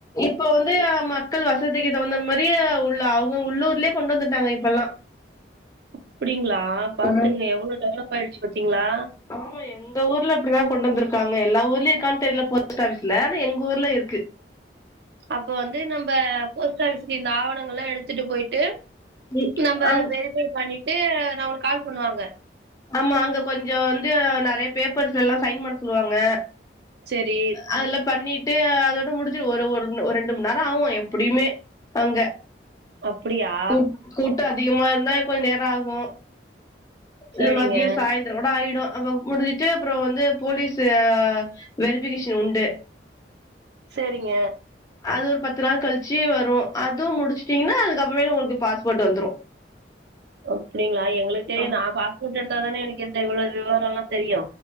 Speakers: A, on the left; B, on the right.
A: இப்ப வந்து மக்கள் வசதிக்கு தகுந்த மாரியே உள்ள அவுங்க உள்ளூர்லயே கொண்டு வந்துட்டாங்க இப்பல்லா
B: அப்டிங்ளா பாத்துங்க
A: ம்.
B: எவ்ளோ டெவலப் ஆயிடுச்சு பாத்தீங்ளா
A: ஆமா எங்க ஊர்ல அப்டிதா கொண்டு வந்ருக்காங்க எல்லா ஊர்லயு இருக்கான் தெர்ல போஸ்ட் ஆஃபீஸ்ல ஆனா எங் ஊர்ல இர்க்கு
B: அப்ப வந்து நம்ப போஸ்ட் ஆஃபீஸ்கு இந்த ஆவணங்கள்லா எடுத்துட்டு போயிட்டு
A: ம்.
B: நம்ப
A: அங்
B: வெரிஃபய் பண்ணிட்டு நம்பளுக்கு கால் பண்ணுவாங்க
A: ஆமா அங்க கொஞ்ச வந்து நெறய பேப்பர்ஸ்லல்லா சைன் பண்ண சொல்லுவாங்க
B: செரி
A: அதுல்ல பண்ணிட்டு அதோட முடிஞ்சுரு ஒரு ஒரு ஒரு ரெண்டு மண் நேர ஆவு எப்டியுமே அங்க
B: அப்படியா?
A: கூ கூட்ட அதிகமா இருந்தா கொஞ்ச் நேர ஆகு இல்ல
B: சரிங்க,
A: மதிய சாய்ந் தர கூட ஆயிடு அப்ப முடிஞ்ட்டு அப்றோ வந்து போலீஸ்சு வெரிஃபிகேஷன் உண்டு
B: சேரிங்க
A: அது ஒரு பத்து நாள் கழ்ச்சு வரு அதும் முடிச்சுட்டீங்ன்னா அதுக்கப்பறமேல் உங்களுக்கு பாஸ்போர்ட்டு வந்துரு
B: அப்டிங்களா எங்களுக்கு தெரியாது
A: ஆமா
B: நா
A: ம்.
B: பாஸ்போர்ட் எடுத்தாதான எனக்கு இந்த இவ்ளோ விவரோலா தெரியு